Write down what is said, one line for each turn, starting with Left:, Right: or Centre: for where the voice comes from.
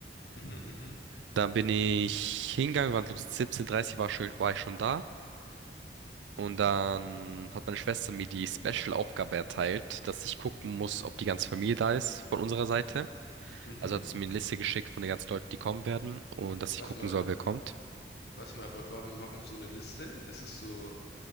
Left: mhm, mhm,
Right: Dann bin ich hingegangen, waren so 17.30 war, schon- war ich schon da. Und dann hat meine Schwester mir die Special-Aufgabe erteilt, dass ich gucken muss, ob die ganze Familie da ist von unserer Seite.
Left: mhm.
Right: Also hat sie mir eine Liste geschickt von den ganzen Leuten, die kommen werden und dass ich
Left: Warte
Right: gucken
Left: mal,
Right: soll, wer kommt.
Left: warte mal, aber warum, warum so eine Liste? Ist es so,